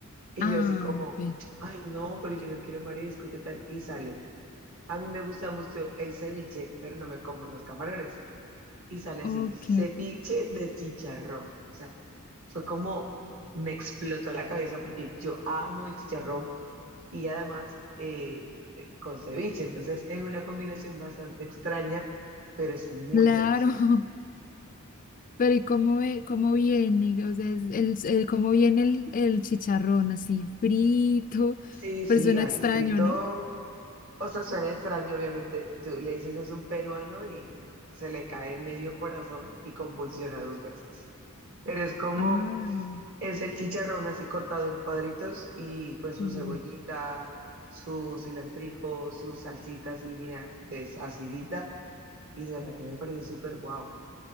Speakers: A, on the right (about 65°); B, on the left (about 40°).
A: y
B: Ah,
A: yo así como,
B: ok.
A: ay no, pero yo no quiero marisco, ¿qué tal? Y sale. A mí me gusta mucho el ceviche, pero no me como los camarones. y sale así,
B: Ok,
A: ceviche de chicharrón. O sea, fue como me explotó la cabeza porque yo amo el chicharrón y además eh, con ceviche. Entonces es una combinación bastante extraña, pero es muy
B: claro.
A: deliciosa.
B: <laughs> Pero ¿y cómo, ve- cómo viene? O sea, es el, el- ¿cómo viene el, el chicharrón así frito?
A: Sí, sí,
B: Pues suena
A: así
B: extraño,
A: frito.
B: ¿no?
A: O sea, suena extraño, obviamente. Tú le dices es un peruano y se le cae medio corazón y convulsiona dos veces. Pero es como
B: Ah,
A: Es el chicharrón así cortado en cuadritos y pues su
B: sí.
A: cebollita, su cilantrico, sus salsitas y vinagres acidita. Y de verdad que me parece súper guau.